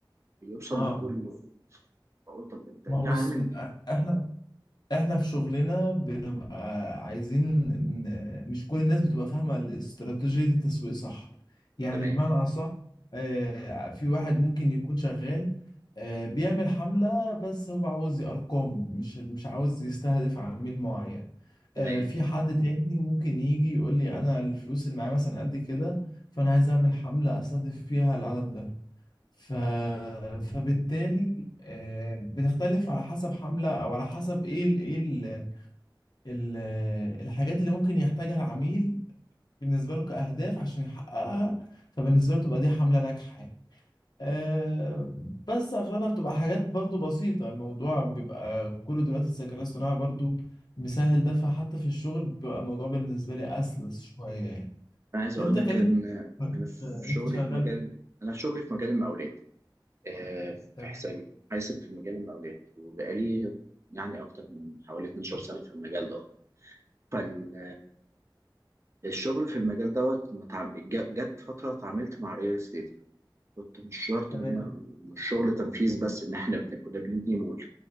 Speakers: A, on the right; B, on the left.
A: بيوصل
B: اه
A: لكله بقول طب انت
B: ما
A: ليه
B: بص
A: عامل
B: احنا احنا في شغلنا بنبقى عايزين إن- مش كل الناس بتبقى فاهمة الاستراتيجية التسويق صح يعني
A: تمام
B: بمعنى اصح آه، في واحد ممكن يكون شغال آه، بيعمل حملة بس هو عاوز ارقام مش مش عاوز يستهدف عميل معين
A: تمام
B: آه، في حد تاني ممكن يجي يقول لي انا الفلوس اللي معايا مثلا قد كده فانا عايز اعمل حملة استهدف فيها العدد ده ف... فبالتالي آه، بتختلف على حسب حملة أو على حسب إيه ال... إيه ال... ال... الحاجات اللي ممكن يحتاجها العميل بالنسبة له كأهداف عشان يحققها فبالنسبة له تبقى دي حملة ناجحة يعني. آه، بس أغلبها بتبقى حاجات برضو بسيطة الموضوع بيبقى كله دلوقتي الذكاء الاصطناعي برضو مسهل ده فحتى في الشغل بيبقى الموضوع بالنسبة لي أسلس شوية يعني
A: انا عايز اقول
B: أنت
A: لك
B: كلمني
A: ان
B: آه،
A: انا في
B: أنت
A: شغلي
B: شغال
A: في مجال انا في شغلي في مجال المقاولات آه، في
B: تمام
A: حساب حاسب في مجال المقاولات وبقالي يعني اكتر من حوالي 12 سنه في المجال دوت فال الشغل في المجال دوت ما اتعام- جا- جت فتره اتعاملت مع ريال استيت كنت مش شرط
B: تمام
A: ان انا مش شغل تنفيذ بس ان احنا بن- كنا بنبني مول